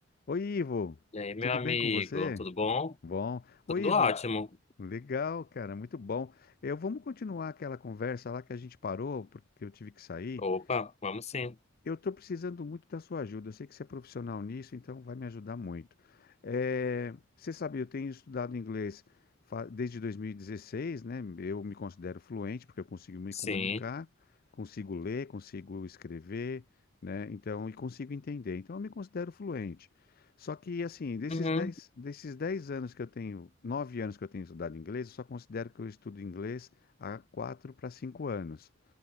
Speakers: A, on the left; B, on the left.
A: Oi, Ivo,
B: E aí, meu
A: tudo
B: amigo,
A: bem com você?
B: tudo bom?
A: Bom. Oi,
B: Tudo
A: Ivo,
B: ótimo.
A: legal, cara, muito bom. Eu, vamos continuar aquela conversa lá que a gente parou, porque eu tive que sair.
B: Opa, vamos sim.
A: Eu estou precisando muito da sua ajuda. Eu sei que você é profissional nisso, então vai me ajudar muito. Eh, você sabe, eu tenho estudado inglês fa- desde 2016, né? Eu me considero fluente porque eu consigo me
B: Sim.
A: comunicar, consigo ler, consigo escrever, né? Então, e consigo entender. Então, eu me considero fluente. Só que, assim, desses
B: Uhum.
A: dez, desses dez anos que eu tenho, 9 anos que eu tenho estudado inglês, eu só considero que eu estudo inglês há 4 para 5 anos.